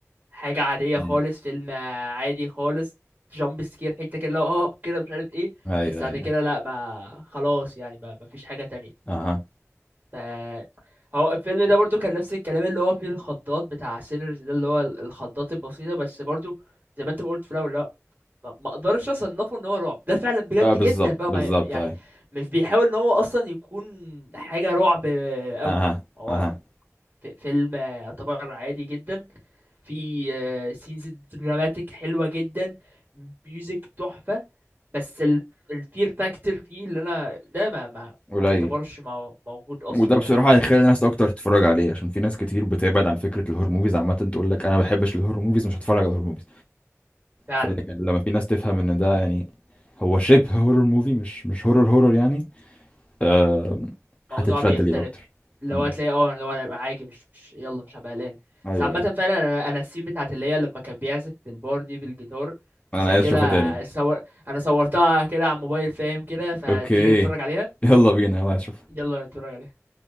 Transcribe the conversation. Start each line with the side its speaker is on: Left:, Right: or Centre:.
Right: حاجة عادية
Left: مم.
Right: خالص فيلم آه، عادي خالص جامب سكير حتة كده اللي هو اه كده مش عارف ايه
Left: ايوه
Right: بس بعد
Left: ايوه
Right: كده لا ما خلاص يعني ما ما فيش حاجة تانية
Left: اها
Right: ف هو الفيلم ده برضو كان نفس الكلام اللي هو فيه الخضات بتاع سينرز ده اللي هو ال- الخضات البسيطة بس برضو زي ما انت ما قلت في الاول لا ما ما اقدرش اصنفه ان هو رعب ده فعلا بجد
Left: اه بالظبط
Right: جدا بقى
Left: بالظبط
Right: ما يعني
Left: اي
Right: مش بيحاول ان هو اصلا يكون حاجة رعب قوي
Left: اها
Right: لا هو
Left: اها
Right: في- فيلم يعتبر عادي جدا في سينز دراماتيك حلوة جدا ميوزك تحفة بس ال- الفير فاكتور فيه اللي انا ده ما ما
Left: قليل
Right: ما اعتبرش مو- موجود اصلا
Left: وده بصراحة
Right: يعني
Left: هيخلي ناس أكتر تتفرج عليه عشان في ناس كتير بتبعد عن فكرة الهور موفيز عامة تقول لك أنا ما بحبش الهور موفيز مش هتفرج على الهور موفيز
Right: فعلا
Left: فلكن لما في ناس تفهم إن ده يعني هو شبه هورر موفي مش مش هورر هورر يعني آه،
Right: الموضوع
Left: هتتشد
Right: بيختلف
Left: ليه أكتر
Right: لو
Left: أمم.
Right: هتلاقي اه لو انا عادي مش مش يلا مش هبقى قلقان
Left: أيوه
Right: بس عامة
Left: أيوه
Right: فعلا انا انا السين بتاعت اللي هي لما كان بيعزف في البار دي بالجيتار
Left: أنا
Right: مسجلة
Left: عايز أشوفها تاني
Right: صور انا صورتها كده على الموبايل فاهم كده فتيجي
Left: أوكي
Right: نتفرج عليها
Left: يلا بينا يلا عايز أشوفها
Right: يلا نتفرج عليها